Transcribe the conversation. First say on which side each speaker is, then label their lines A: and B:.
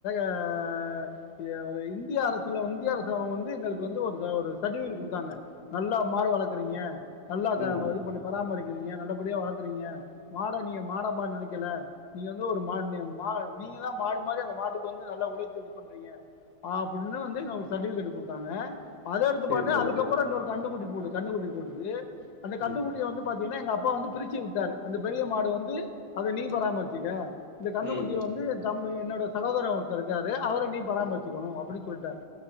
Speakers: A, on the left; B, on the left.
A: ஆ இந்திய அரசல இந்திய அரச வந்து எங்களுக்கு வந்து ஒரு ஒரு சர்டிவிகேட் கொடுத்தாங்க நல்லா மாடு வளர்க்குறீங்க நல்லா
B: ம்
A: இது பண்ணி பராமரிக்கிறீங்க நல்லபடியா வளர்க்குறீங்க மாட நீங்க மாட மாரி நினைக் ல்ல நீங்க வந்து ஒரு மா நீங்க தான் மாடு மாதிரி அந்த மாட்டுக்கு வந்து நல்ல உழைச் இது பண்றீங்க அப்படின்னு வந்து எங்க ஒரு சர்டிவிகேட் கொடுத்தாங்க அத எடுத்து
B: சேரி
A: பாத்து
B: தோழரே
A: அதுக்கப்பறோ இன்னோரு கண்டுக்குடி போடு கண்ணுக்குட்டி போடுது அந்த கண்ணுகுட்டிய
B: ம்
A: வந்து பாத்தீங்கன்னா எங்க அப்பா வந்து பிரிச்சு வுட்டாரு அந்த பெரிய மாடு வந்து அத நீ பராமருச்சுக்க இந்த கண்ணுக்குட்டிய
B: ம்
A: வந்து தம்மு என் னோட சகோதரே ஒருத்தர் இருக்காரு அவர நீ பராமரிச்சுக்கணு அப்டி சொல்ட்டாரு